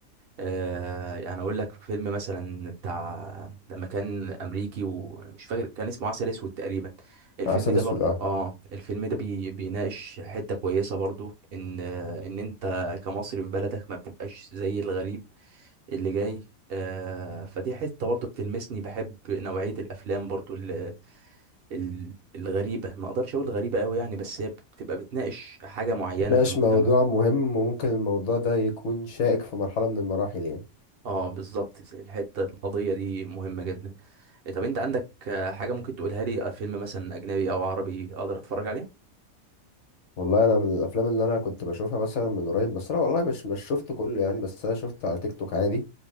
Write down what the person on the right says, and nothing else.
آه، يعني اقول لك فيلم مثلا بتاع لما كان امريكي ومش فاكر كان اسمه عسل اسود تقريبا الفيلم
ده
برضو
اه الفيلم ده بي بيناقش حتة كويسة برضو ان آه، ان انت كمصري في بلدك ما بتبقاش زي الغريب اللي جاي آه فدي حتة برضو بتلمسني بحب نوعية الافلام برضو ال- ال- الغريبة ما اقدرش اقول غريبة قوي يعني بس هي بتبقى بتناقش حاجة معينة
في المجتمع
اه بالظبط زي الحته القضيه دي مهمه جدا إيه، طب انت عندك آه، حاجه ممكن تقولها لي آه، فيلم مثلا اجنبي او عربي اقدر اتفرج عليه